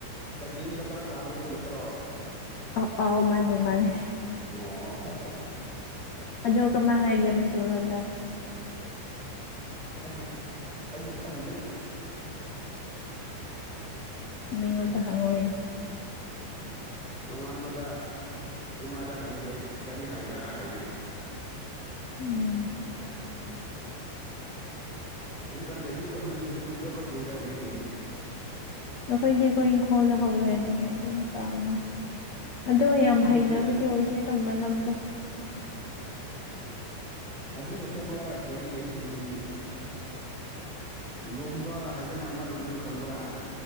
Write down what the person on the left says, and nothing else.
ꯑ ꯑꯥꯎ ꯃꯥꯅꯦ ꯃꯥꯅꯦ
ꯑꯗꯣ ꯀꯃ ꯍꯥꯏꯒꯦ ꯃꯩꯇꯩ ꯂꯣꯟꯗ
ꯃꯤꯉꯣꯟꯗ ꯍꯪꯉꯣꯌꯦ
ꯎꯝ
ꯑꯩꯈꯣꯏꯗꯤ ꯑꯩꯈꯣꯏ ꯏꯪꯈꯣꯜꯗ ꯍꯧꯋꯦ ꯑꯗꯨꯒꯤ ꯑꯗꯨꯝ ꯄꯥꯝꯃꯦ ꯑꯗꯣ ꯌꯥꯝ
ꯍꯩꯅꯕꯗꯤ ꯑꯣꯏꯗꯦꯗꯥ ꯃꯅꯝꯗꯣ